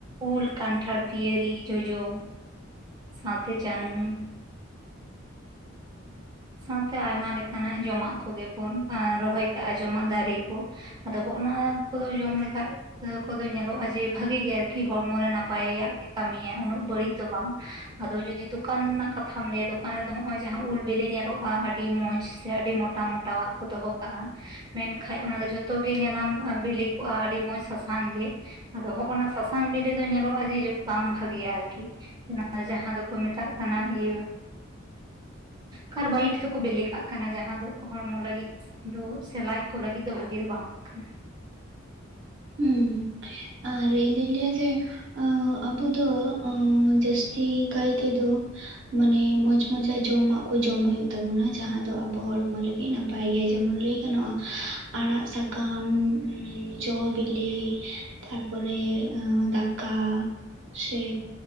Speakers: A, on the right; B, on the right.
A: ᱩᱞ ᱠᱟᱱᱴᱷᱟᱲ ᱯᱤᱭᱟᱹᱨᱤ ᱡᱚᱡᱚ ᱥᱟᱶᱛᱮ ᱡᱟᱹᱱᱩᱢ ᱥᱟᱶᱛᱮ ᱟᱭᱢᱟ ᱞᱮᱠᱟᱱᱟᱜ ᱡᱚᱢᱟᱜ ᱠᱚᱜᱮᱵᱚᱱ ᱨᱚᱦᱚᱭ ᱠᱟᱜᱼᱟ ᱡᱚᱢᱟᱜ ᱫᱟᱨᱮ ᱠᱚ ᱟᱫᱚ ᱱᱚᱜᱼᱱᱟ ᱠᱚᱫᱚ ᱡᱚᱢ ᱞᱮᱠᱷᱟᱡ ᱠᱚᱫᱚ ᱧᱮᱞᱚᱜᱼᱟ ᱡᱮ ᱵᱷᱟᱜᱤ ᱜᱮ ᱟᱨᱠᱤ ᱦᱚᱲᱢᱚᱨ ᱨᱮ ᱱᱟᱯᱟᱭᱟᱜ ᱜᱮ ᱠᱟᱹᱢᱤᱭᱟ, ᱩᱱᱟᱹᱜ ᱵᱟᱹᱲᱤᱡ ᱫᱚ ᱵᱟᱝ᱾ ᱟᱫᱚ ᱡᱩᱫᱤ ᱫᱚᱠᱟᱱ ᱨᱮᱱᱟᱜ ᱠᱟᱛᱷᱟᱢ ᱞᱟᱹᱭᱟ, ᱫᱚᱠᱟᱱ ᱨᱮᱫᱚ ᱱᱚᱜ-ᱚᱭ ᱡᱟᱦᱟᱸ ᱩᱞ ᱵᱤᱞᱤ ᱧᱮᱞᱚᱜᱼᱟ ᱟᱹᱰᱤ ᱢᱚᱸᱪᱷ ᱥᱮ ᱟᱹᱰᱤ ᱢᱚᱴᱟ ᱢᱚᱴᱟᱣᱟᱜ ᱠᱚ ᱫᱚᱦᱚ ᱠᱟᱜᱼᱟ᱾ ᱢᱮᱱᱠᱟᱡ ᱚᱱᱟ ᱫᱚ ᱡᱷᱚᱛᱚ ᱜᱮ ᱧᱮᱞᱟᱢ ᱵᱤᱞᱤ ᱠᱚᱜᱼᱟ ᱟᱹᱰᱤ ᱢᱚᱸᱡᱽ ᱥᱟᱥᱟᱝ ᱜᱮ᱾ ᱟᱫᱚ ᱱᱚᱜᱼᱱᱟ ᱥᱟᱥᱟᱝ ᱵᱤᱞᱤ ᱫᱚ ᱧᱮᱞᱚᱜᱼᱟ ᱡᱮ ᱵᱟᱝ ᱵᱷᱟᱜᱮᱭᱟ ᱟᱨᱠᱤ᱾ ᱚᱱᱟ ᱡᱟᱦᱟᱸ ᱫᱚᱠᱚ ᱢᱮᱛᱟᱜ ᱠᱟᱱᱟ ᱤᱭᱟᱹ ᱠᱟᱨᱵᱟᱭᱤᱴ ᱛᱮᱠᱚ ᱵᱮᱞᱮᱠᱟᱜ ᱠᱟᱱᱟ, ᱡᱟᱦᱟᱸ ᱫᱚ ᱦᱚᱲᱢᱚ ᱞᱟᱹᱜᱤᱫ ᱫᱚ ᱥᱮ ᱞᱟᱡ ᱠᱚ ᱞᱟᱹᱜᱤᱫ ᱫᱚ ᱵᱷᱟᱜᱤ ᱫᱚ ᱵᱟᱝ ᱠᱟᱱᱟ᱾
B: ᱦᱩᱸ, ᱟᱨ ᱤᱧᱫᱚᱧ ᱞᱟᱹᱭᱟ ᱡᱮ ᱚ ᱟᱵᱚ ᱫᱚ ᱟᱹ ᱡᱟᱹᱥᱛᱤ ᱠᱟᱭ ᱛᱮᱫᱚ ᱢᱟᱱᱮ ᱢᱚᱸᱡᱽ ᱢᱚᱸᱡᱟᱜ ᱡᱚᱢᱟᱜ ᱠᱚ ᱡᱚᱢ ᱦᱩᱭᱩᱜ ᱛᱟᱵᱚᱱᱟ ᱡᱟᱦᱟᱸ ᱫᱚ ᱟᱵᱚ ᱦᱚᱲᱢᱚ ᱞᱟᱹᱜᱤᱫ ᱱᱟᱯᱼᱼ ᱯᱟᱭ ᱜᱮᱭᱟ ᱡᱮᱢᱚᱱ ᱞᱟᱹᱭ ᱜᱟᱱᱚᱜᱼᱟ, ᱟᱲᱟᱜ ᱥᱟᱠᱟᱢ ᱡᱚ ᱵᱤᱼᱼ ᱞᱤ ᱛᱟᱨᱯᱚᱨᱮ ᱫᱟᱠᱟ᱾ ᱥᱮ,